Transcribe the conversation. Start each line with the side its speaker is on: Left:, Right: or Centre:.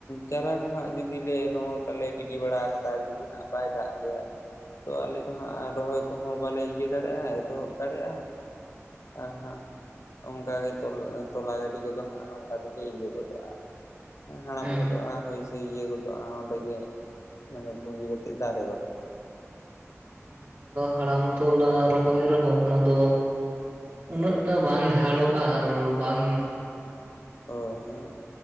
Left: ᱪᱟᱨᱟ ᱠᱚ ᱦᱟᱸᱜ ᱡᱩᱫᱤ ᱞᱮ ᱱᱚᱜᱼᱚ ᱱᱚᱝᱠᱟᱞᱮ ᱜᱤᱰᱤ ᱵᱟᱲᱟ ᱠᱟᱫᱟ ᱡᱩᱫᱤ ᱦᱟᱸᱜ ᱵᱟᱭ ᱫᱟᱜ ᱟᱞᱮᱭᱟ ᱛᱚ ᱟᱞᱮ ᱫᱚ ᱦᱟᱸᱜ ᱨᱚᱦᱚᱭ ᱠᱚᱦᱚᱸ ᱵᱟᱞᱮ ᱤᱭᱟᱹ ᱫᱟᱲᱮᱭᱟᱜᱼᱟ ᱮᱛᱚᱦᱚᱵ ᱫᱟᱲᱮᱭᱟᱜᱼᱟ ᱟᱨ ᱦᱟᱸᱜ ᱚᱝᱠᱟᱜᱮ ᱛᱚᱞᱟ ᱜᱟᱹᱰᱤ ᱠᱚᱫᱚ ᱦᱟᱸᱜ ᱚᱝᱠᱟ ᱛᱮᱜᱮ ᱤᱭᱟᱹ ᱜᱚᱫᱚᱜᱼᱟ ᱦᱟᱲᱟᱢ
Right: ᱦᱮᱸ
Left: ᱜᱚᱫᱚᱜᱼᱟ ᱦᱳᱭ ᱥᱮ ᱤᱭᱟᱹ ᱜᱚᱫᱚᱜᱼᱟ ᱚᱸᱰᱮ ᱜᱮ ᱢᱟᱱᱮ ᱯᱩᱸᱡᱤ ᱠᱟᱛᱮᱜ ᱫᱟᱨᱮ ᱜᱚᱫᱚᱜᱼᱟ
Right: ᱦᱮᱸ ᱟᱫᱚ ᱦᱟᱲᱟᱢ ᱛᱚᱞᱟ ᱨᱚᱦᱚᱭ ᱨᱮᱦᱚᱸ ᱚᱱᱟ ᱫᱚ ᱩᱱᱟᱹᱜ ᱴᱟᱜ ᱵᱟᱝ ᱡᱷᱟᱲᱚᱜᱼᱟ ᱟᱨ ᱵᱟᱝ
Left: ᱦᱳᱭ ᱦᱳᱭ